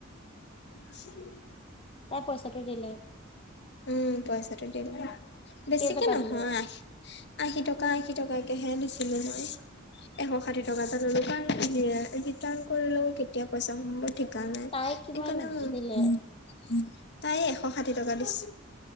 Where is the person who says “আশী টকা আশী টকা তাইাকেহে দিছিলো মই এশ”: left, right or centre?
Left